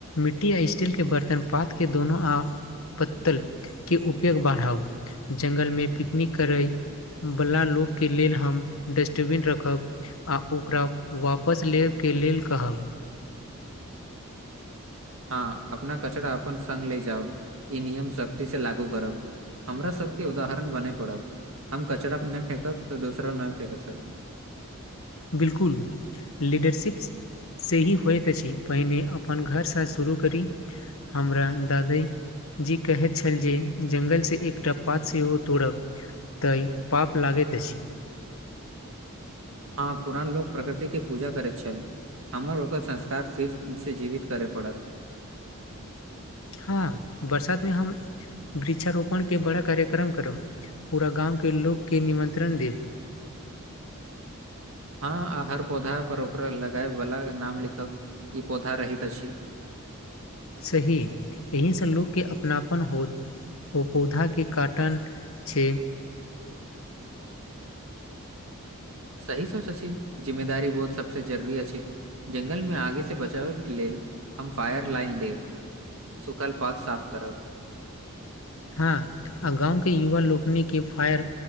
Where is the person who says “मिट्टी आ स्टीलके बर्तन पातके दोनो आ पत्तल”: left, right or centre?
Left